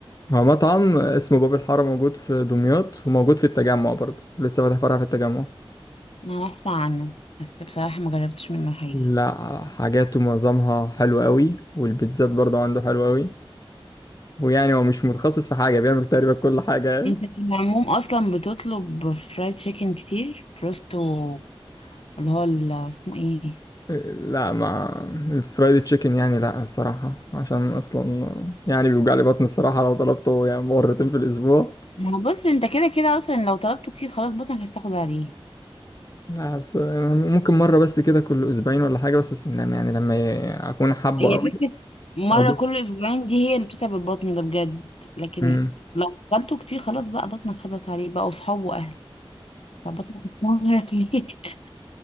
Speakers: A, on the left; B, on the left.
A: هو مطعم اسمه باب الحارة موجود في دمياط وموجود في التجمع برضه لسه فاتح فرع في التجمع
B: انا اسمع عنه بس بصراحة ما جربتش منه حاجة
A: لا حاجاته معظمها حلوة قوي والبيتزات برضه عنده حلوة قوي ويعني هو مش متخصص في حاجة بيعمل تقريبا كل حاجة يعني
B: انت في العموم اصلا بتطلب فرايد تشيكن كتير بروستو اللي هو ال- اسمه ايه
A: لا مع الفرايد تشيكن يعني لا الصراحة عشان أصلا يعني بيوجع لي بطني الصراحة لو طلبته يعني مرتين في الأسبوع
B: ما هو بص انت كده كده اصلا لو طلبته كتير خلاص بطنك هتاخد عليه
A: لا بس ممكن مرة بس كده كل أسبوعين ولا حاجة بس لما يعني لما ي- أكون حابه
B: هي
A: أوي
B: فكرة مرة
A: أو جيت
B: كل أسبوعين دي هي اللي بتتعب البطن ده بجد لكن
A: أمم.
B: لو أكلته كتير خلاص بقى بطنك خدت عليه بقى وصحاب وأهل طب بطنك ليه <laughs>